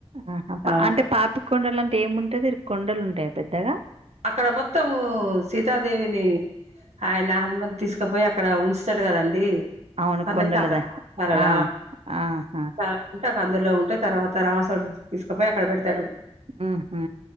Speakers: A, on the right (about 65°); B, on the right (about 85°).
A: ఆహా పా
B: ఆ
A: అంటే పాపి కొండలు అంటే ఏముంటేందిరు కొండలు ఉంటాయా పెద్దగా
B: అక్కడ మొత్తము సీతాదేవిని ఆయన హనుమతి తీసుకపోయి అక్కడ ఉంచుతాడు కదండి
A: అవును
B: అర
A: కొండలదా
B: కరళ
A: ఆ ఆహా
B: ఆ అందులో ఉంటే తర్వాత రావాసడు తీసుకుపోయి అక్కడ పెడతాడు
A: ఉహు